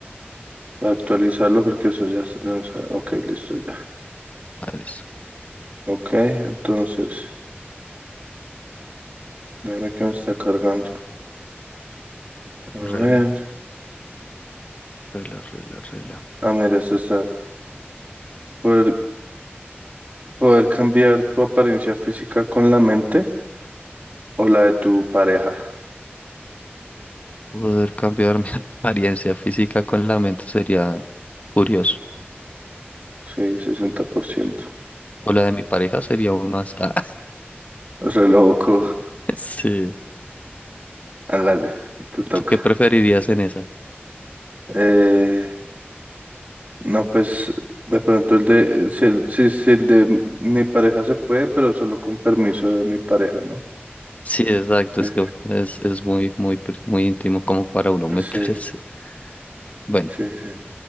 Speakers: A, on the right (about 35°); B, on the left (about 35°).
A: Voy a actualizarlo porque eso ya, se- ya no se- Ok, listo ya.
B: Ah, listo.
A: Ok, entonces. Déjame que me está cargando. A ver.
B: Rela, rela, rela, rela.
A: Ah, mira, es esa. Poder, poder cambiar tu apariencia física con la mente o la de tu pareja.
B: Poder cambiar mi <laughs> apariencia física con la mente sería curioso.
A: Sí, 60%.
B: O la de mi pareja sería aún más. Ah,
A: Re loco.
B: <laughs> sí.
A: Hágale, te toca.
B: ¿Tú qué preferirías en esa?
A: Eh, no, pues de pronto el de. Si el, si, si el de mi pareja se puede, pero solo con permiso de mi pareja, ¿no?
B: Sí, exacto.
A: Eh,
B: Es que es, es muy, muy, pri- muy íntimo como para uno <laughs> meterse.
A: Sí,
B: Bueno,
A: sí, sí.